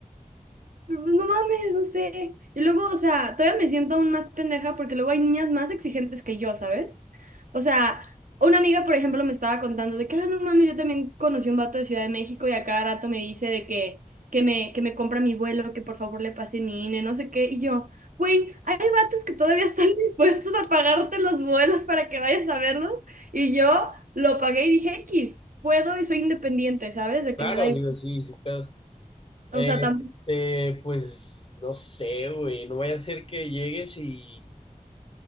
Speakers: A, on the right (about 75°); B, on the left (about 40°).
A: No mames, no sé. Y luego, o sea, todavía me siento aún más pendeja porque luego hay niñas más exigentes que yo, ¿sabes? O sea, una amiga, por ejemplo, me estaba contando de que, ah, no mames, yo también conocí un vato de Ciudad de México y a cada rato me dice de que, que me, que me compra mi vuelo, que por favor le pase mi INE, no sé qué. Y yo, güey, hay vatos que todavía están <laughs> dispuestos a pagarte los vuelos para que vayas a verlos. Y yo lo pagué y dije, X, puedo y soy independiente, ¿sabes? De
B: claro,
A: que me da igual.
B: digo, sí, sin pedos.
A: O
B: Eh,
A: sea, tam-
B: Este, pues no sé, güey, no vaya a ser que llegues y